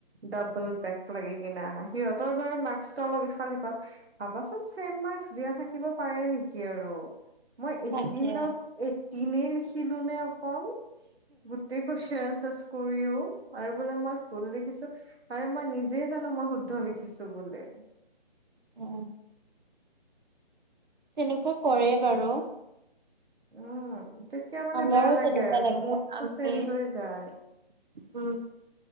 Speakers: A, on the right (about 80°); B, on the right (about 50°).
A: ডাবুল বেক লাগি কিনে আহা সিহঁতৰ ব মাস্কটো অলপ ইফাল সিফাল। ভাবাচোন ছেম মাৰ্কচ দিয়া থাকিব পাৰে নেকি আৰু। মই এইটিনত,
B: তাকে
A: এইটিনে লিখিলো নে অকল। গুটেই কোৱেস, কৰিও আৰু বোলে মই ভুল দেখিছো আৰে মই নিজে জানো মই শুদ্ধ লিখিছো বোলে।
B: অ, তেনেকুৱা কৰেই বাৰু,
A: উম তেতিয়া মানে
B: আমাৰো
A: বেয়া লাগে
B: তেনেকুৱা
A: মুডটো
B: আমি
A: চেঞ্জ হৈ যায়।
B: উম।